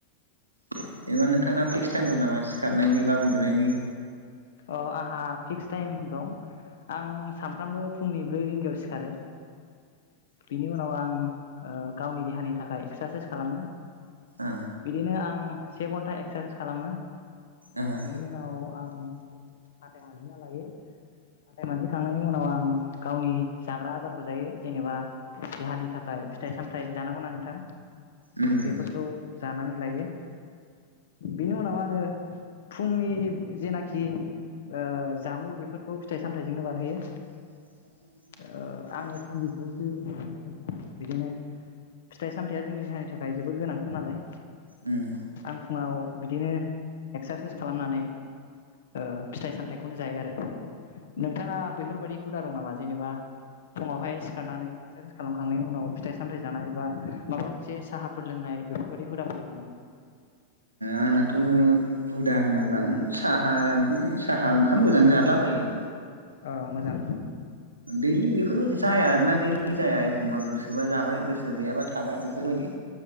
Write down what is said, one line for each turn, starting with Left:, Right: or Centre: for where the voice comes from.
Right: जेनेबा नोंथांना फिक्स टाइम दं नामा सिखारनायनि बा उन्दुनायनि।
Left: अ आंहा फिक्स टाइम दं आं सानफ्रामबो। फुंनि ब्रै रिंगायाव सिखारो। बिनि उनाव आं ओ गावनि देहानि थाखाय एक्सारसाइस खालामो।
Right: ओ
Left: बिदिनो आं। से घन्टा एक्सारसाइस खालामो।
Right: ओ
Left: बिनि उनाव आं हाथाय मानजिना लायो हाथाय मानजिखांनायनि उनाव आं गावनि जाग्रा आदारखौ जायो जेनेबा देहानि थाखाय फिथाइ सामथायाइ जानांगौना नोंथां?
Right: उम
Left: बेफोरखौ जानानै लायो बेनि उनाव आङो फुंनि जेनाखि ओ जामु बेफोरखौ फिथाइ सामथायाइजोंनो बारहोयो।
Right: <inaudible>
Left: ओ आङो <unintelligible> नोंथां बिदिनो फिथाइ सामथायाइया जोंनि देहानि थाखाय जोबोद गोनां। नालाय
Right: उम
Left: आं फुङाव बिदिनो एक्सारसाइस खालामनानै ओ फिथाइ सामथायाइखौनो जायो आरो। नोंथाङा बेफोरबादि हुदा दं नामा जेनेबा फुङावहाय सिखारनानै एक्सारसाइस खालामखांनायनि उनाव फिथाइ सामथाइ जानाय बा माबा मोनसे साहाफोर लोंनाय बेफोरबायादि हुदाफोर दं नामा नोंथांनाव?
Right: आंनाथ' हुदा होनोब्ला साहा बिदिनो साहा ओंखाम गोजां जदलाबायो।
Left: औ मोजां
Right: दैलि बेफोर जाया आरोना दैलि जाया खमबा गोसोबा जाबाय गोसो गैयाबा थाबाय बेफोरबायदि।